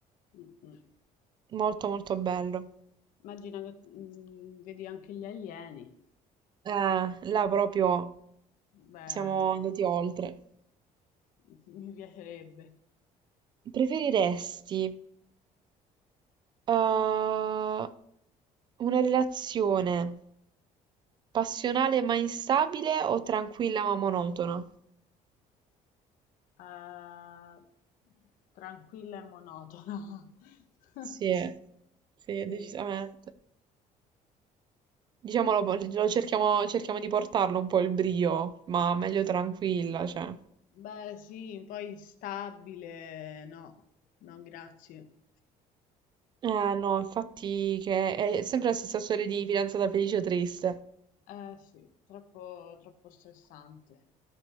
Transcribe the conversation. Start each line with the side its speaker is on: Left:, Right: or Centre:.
Left: Mm, mm.
Right: molto molto bello.
Left: Immagina che mm, vedi anche gli alieni.
Right: Eh, là proprio
Left: Bello.
Right: siamo andati oltre.
Left: <laughs> Mi piacerebbe.
Right: Preferiresti eh, una
Left: Mhm.
Right: relazione passionale ma instabile o tranquilla ma monotona?
Left: Ah, tranquilla e monotona. <laughs>
Right: Sì, sì,
Left: Sì,
Right: decisamente.
Left: Sì.
Right: Diciamolo, lo cerchiamo, cerchiamo di portarlo un po' il brio, ma meglio tranquilla, cioè.
Left: Beh, sì, poi stabile, no, no, grazie.
Right: Eh no, infatti che è sempre la stessa storia di fidanzata felice o triste.
Left: Eh sì, troppo, troppo stressante.